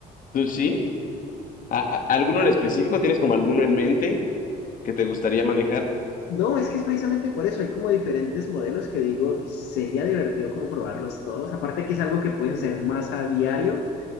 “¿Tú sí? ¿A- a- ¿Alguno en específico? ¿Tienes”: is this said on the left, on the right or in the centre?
Left